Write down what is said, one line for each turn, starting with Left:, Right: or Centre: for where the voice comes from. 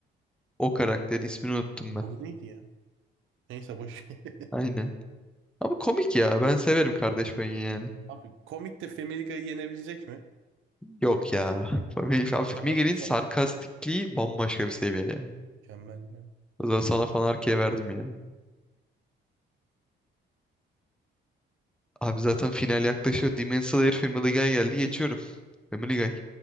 Centre: O karakterin ismini unuttum
Right: Onun
Centre: ben.
Right: adı neydi ya? Neyse boş. ver.
Centre: Aynen. Ama komik ya. Ben severim kardeş payı yani.
Right: <laughs> Abi komik de Family Guy'ı yenebilecek mi?
Centre: Yok ya. <laughs> Fam- Fam-
Right: O
Centre: Family'nin
Right: zaman sans-
Centre: sarkastikliği
Right: <laughs>
Centre: bambaşka bir seviye ya.
Right: mükemmel ya.
Centre: O zaman sana fan verdim ya. Abi zaten final yaklaşıyor. Demon Slayer Family Guy geldi. Geçiyorum. Family Guy.